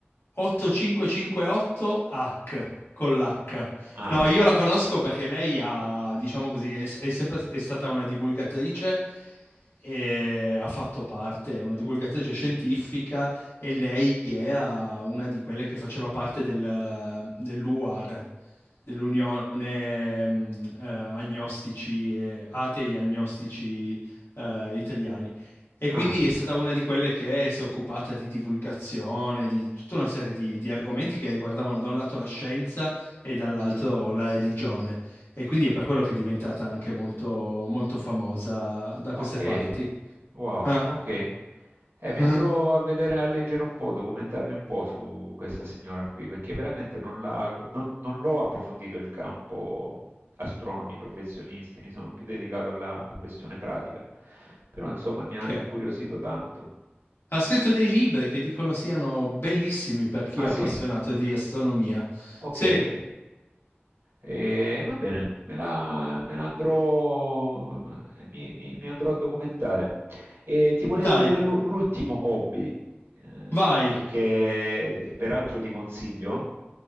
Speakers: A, on the left; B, on the right.
A: 8558H con l'H.
B: Ah,
A: No, io la conosco perché lei ha, diciamo così, è, è sempre è stata una divulgatrice e ha fatto parte, è una divulgatrice scientifica e lei era una di quelle che faceva parte del, dell'UAR, dell'Unione mh, eh, Agnostici, e- Atei Agnostici eh, Italiani. E quindi
B: ah.
A: è stata una di quelle che si è occupata di divulgazione, di tutta una serie di, di argomenti che riguardavano da un lato la scienza e dall'altro la religione. E quindi è per quello che è diventata anche molto, molto famosa da queste
B: Ok,
A: parti.
B: wow,
A: Ah,
B: ok. Eh, mi
A: eh,
B: andrò a vedere, a leggere un po', documentarmi un po' su questa signora qui, perché veramente non la- non- non l'ho approfondito il campo astronomi professionisti, mi sono più dedicato alla questione pratica. Però insomma mi
A: ok.
B: ha incuriosito tanto.
A: Ha scritto dei libri che dicono siano bellissimi per chi
B: Ah
A: è appassionato
B: sì?
A: di astronomia.
B: Okay.
A: Sì,
B: Ehm, va bene, me la me la andrò mi mi mi andrò a documentare. E ti volevo
A: dai,
B: dire l'u l'ultimo hobby, eh,
A: vai.
B: che peraltro ti consiglio,